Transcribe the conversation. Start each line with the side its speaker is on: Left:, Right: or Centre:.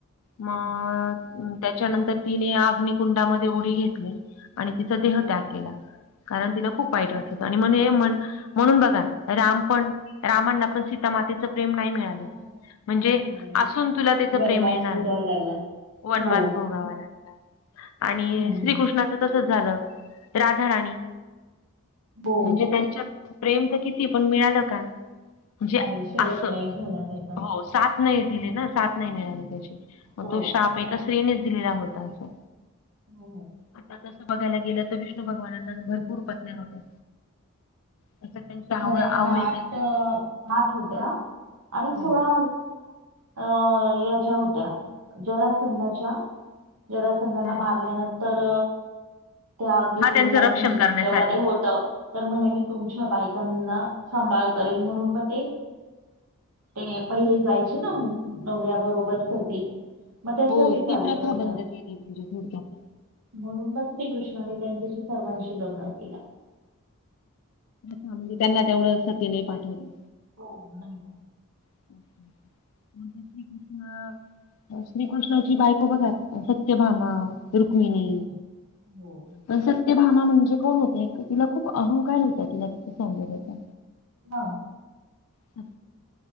Left: म अ त्या च्या नंतर तिने अग्नि कुंडामध्ये उडी घेतली आणि तिचा देह
Right: हा
Left: त्यात केला. कारण तिला खूप वाईट
Right: हा
Left: वाटलं होतं. आणि म्हणे म्हण म्हणून बघा राम पण रामांना पण सीता मातेचं प्रेम नाय मिळाल
Right: सीता माता
Left: म्हणजे
Right: नाही मिळाली.
Left: असून तुला तिचं
Right: वनवास
Left: प्रेम मिळनार
Right: भोगावा
Left: नाई.
Right: लागला
Left: वनवास
Right: हो
Left: भोगावा लागला. आणि
Right: हम्म
Left: श्रीकृष्णाच
Right: हम्म
Left: तसंच झालं राधा राणी.
Right: हो.
Left: म्हणजे त्यांच्यात प्रेम तर किती पण मिळाल का? म्हणजे
Right: नाही शेवट
Left: असं
Right: नाही झाला त्याचा
Left: हो सात नई दिली ना साथ नाई मिळाली त्याची मग
Right: हो
Left: तो शाप एका स्त्री नेच दिला होता असं.
Right: हो हो.
Left: आता तसं बघायला गेलं तर विष्णू भगवानांना भरपूर् पत्न्या होत्या त्याच्यात त्यांच्या
Right: खर
Left: आवड आवडीचे
Right: त्यांना आठ आठ होत्या आणि
Left: हो
Right: सोळा. ह याच्या होत्या जरासंधाच्या. जरासंधाला
Left: हम्म
Right: मारल्यानंतर. त्या अग्नि
Left: हा
Right: कुंडात
Left: त्यांचं रक्षण
Right: म्हणजे तेव्हा
Left: करण्यासाठी
Right: ते होतं. तर म्हणे मी तुमच्या बायकांना सांभाळ करेल म्हणून मग ते. ते पहिले जायचे ना नवऱ्या. नवऱ्याबरोबर सती म त्यासाठी
Left: हो
Right: त्या
Left: ती
Right: चालल्या
Left: प्रथा
Right: होत्या.
Left: बंद केली म्हणजे थोडक्यात
Right: म्हणून म श्रीकृष्णांनी त्यांच्याशी सगळ्याशी लग्न केलं.
Left: म्हणजे तेवढ्यासाठी त्यांना नाही पाठवलं. <unintelligible>
Right: हो का.
Left: <inaudible> श्रीकृष्ण श्रीकृष्णाची बायको बघात सत्यभामा. रुक्मिणी.
Right: हम्म हो
Left: पण सत्यभामा म्हणजे कोण होती तिला खूप अहंकार होता तिच्या सौंदर्याचा.
Right: हा.
Left: अ.